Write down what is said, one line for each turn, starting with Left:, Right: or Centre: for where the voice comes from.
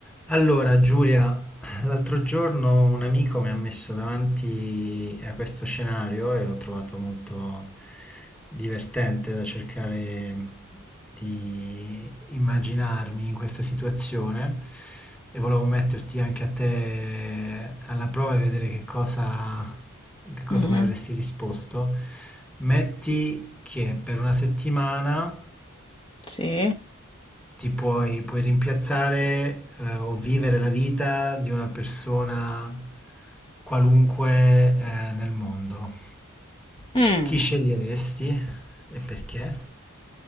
Centre: Allora, Giulia, l'altro giorno un amico mi ha messo davanti a questo scenario e l'ho trovato molto divertente da cercare di immaginarmi in questa situazione e volevo metterti anche a te alla prova e vedere che cosa, che cosa
Left: Mh-mh,
Centre: mi avresti risposto. Metti che per una settimana
Left: sì.
Centre: ti puoi, puoi rimpiazzare eh, o vivere la vita di una persona qualunque eh, nel mondo.
Left: Mh.
Centre: Chi sceglieresti e perché?